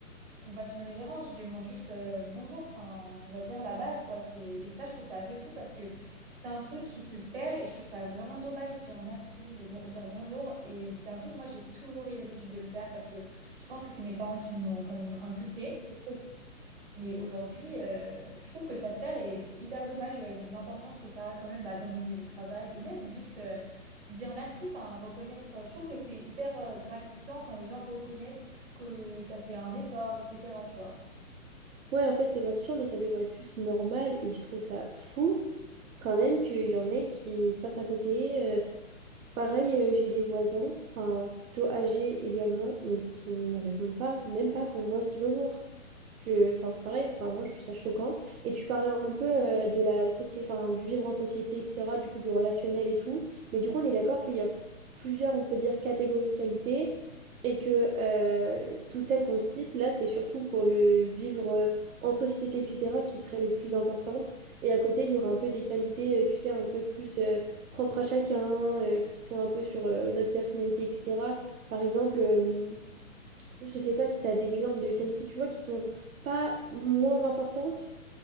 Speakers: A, on the right; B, on the right.
A: qu'on me fasse une révérence je demande juste euh, bonjour enfin on va dire la base quoi c'est et ça je trouve ça assez fou parce que c'est un truc qui se perd et je trouve ça vraiment dommage de dire merci dire, bon- dire bonjour et c'est un truc moi j'ai toujours eu l'habitude de le faire parce que je pense que c'est mes parents qui me l'ont quand même inculqué
B: tout.
A: mais aujourd'hui, euh, je trouve que ça se perd et c'est hyper dommage euh, vu l'importance que ça a quand même bah, dans le milieu du travail et même juste euh, dire merci, enfin reconnaître. euh, je trouve que c'est hyper euh, gratifiant quand les gens reconnaissent que tu as fait un effort, etc. Tu vois.
B: Ouais, en fait, c'est gratifiant, mais ça devrait être juste normal. Et je trouve ça fou quand même qu'il y en ait qui passent à côté. Euh, pareil, euh, j'ai des voisins, enfin plutôt âgés également, mais qui ne me répondent pas, même pas quand moi je dis bonjour. Je, enfin, pareil, enfin, moi, je trouve ça choquant. Et tu parlais un peu euh, de la société, enfin, du vivre en société, etc., du coup, du relationnel et tout. Mais du coup, on est d'accord qu'il y a plusieurs, on peut dire, catégories de qualités et que euh, toutes celles qu'on cite, là, c'est surtout pour le vivre euh, en société, etc., qui seraient les plus importantes. Et à côté, il y aura un peu des qualités, euh, tu sais, un peu plus euh, propres à chacun, euh, qui sont un peu sur euh, notre personnalité, etc. Par exemple... euh, je sais pas si tu as des exemples de qualités, tu vois, qui sont pas moins importantes,